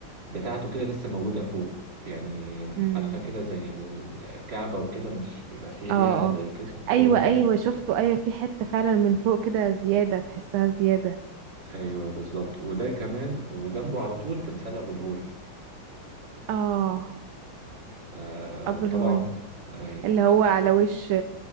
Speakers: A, on the right; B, on the right.
A: بتاعته كده لسه موجودة فوق يعني
B: امم
A: عارفة كده زي الكعبة وكده مش بيبقى فيه
B: اه
A: ليها زي
B: اه
A: كده
B: ايوه
A: هو بقى
B: ايوه
A: كان كده
B: شفته ايوه في حتة فعلا من فوق كده زيادة تحسها زيادة
A: أيوه بالظبط وده كمان وجنبه على طول تمثال أبو الهول
B: اه
A: آه
B: ابو
A: وطبعا
B: الهول
A: أيوه
B: اللي هو على وش